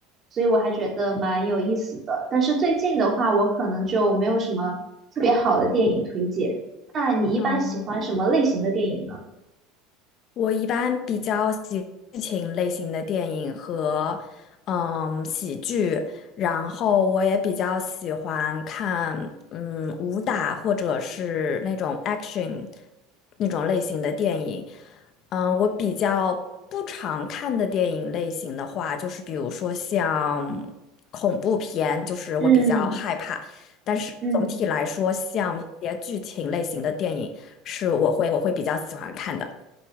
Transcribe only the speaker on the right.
所以我还觉得蛮有意思的。但是最近的话，我可能就没有什么特别好的电影推荐。那你一般喜欢什么类型的电影呢？
嗯
嗯